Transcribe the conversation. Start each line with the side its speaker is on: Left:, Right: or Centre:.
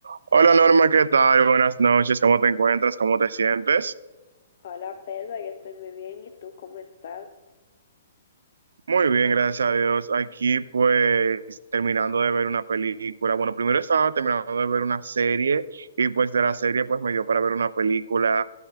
Right: Hola Norma, ¿qué tal? Buenas noches, ¿cómo te encuentras? ¿Cómo te sientes?
Left: Hola Pedro, yo estoy muy bien. ¿Y tú cómo estás?
Right: Muy bien, gracias a Dios. Aquí pues terminando de ver una película. Bueno, primero estaba terminando de ver una serie y pues de la serie pues me dio para ver una película.